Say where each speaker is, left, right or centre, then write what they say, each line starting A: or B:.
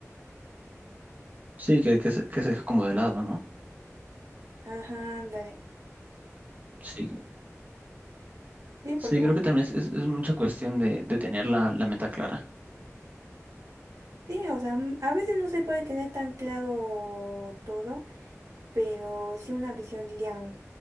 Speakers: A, on the right (about 30°); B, on the right (about 80°).
A: Sí, que, que se, que se deja como de lado, ¿no?
B: Ajá, ándale.
A: Sí,
B: Sí, porque
A: sí,
B: bueno,
A: creo que también es, es, es mucha cuestión de, de tener la, la meta clara.
B: sí, o sea, m- a veces no se puede tener tan claro todo, pero sí una visión, diría,